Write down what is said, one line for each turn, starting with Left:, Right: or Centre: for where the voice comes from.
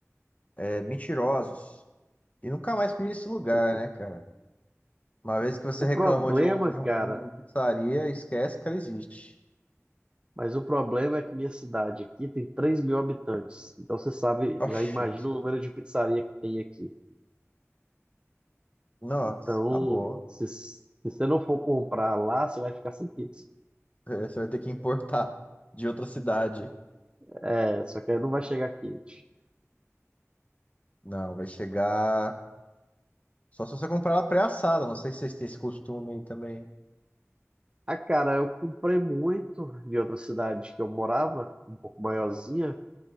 Left: é, mentirosos. E nunca mais pedi nesse lugar,
Right: <laughs>
Left: né, cara? Uma vez que você
Right: O
Left: reclamou
Right: problema,
Left: de, um, de,
Right: cara.
Left: um- de uma pizzaria, esquece que ela existe.
Right: Mas o problema é que minha cidade aqui tem três mil habitantes. Então você sabe,
Left: Oxi,
Right: já imagina o número de pizzaria que tem aqui.
Left: nossa,
Right: Então,
Left: acabou.
Right: se, se você não for comprar lá, você vai ficar sem pizza.
Left: Eh, Você vai ter que importar <laughs> de outra cidade.
Right: É, só que aí não vai chegar quente.
Left: Não, vai chegar. Só se você comprar ela pré-assada. Não sei se vocês têm esse costume aí também.
Right: Ah, cara, eu comprei muito de outra cidade que eu morava, um pouco maiorzinha,